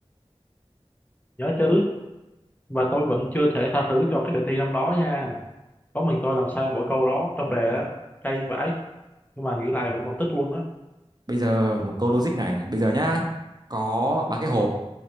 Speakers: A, on the left; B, on the right.
A: Nhớ chứ. Và tôi vẫn chưa thể tha thứ cho cái đề thi năm đó nha. có mình tôi làm sai mỗi câu đó trong đề á cay vãi nhưng mà nghĩ lại vẫn còn tức luôn á
B: <laughs> Bây giờ một câu logic này, bây giờ nhá, có ba cái hộp,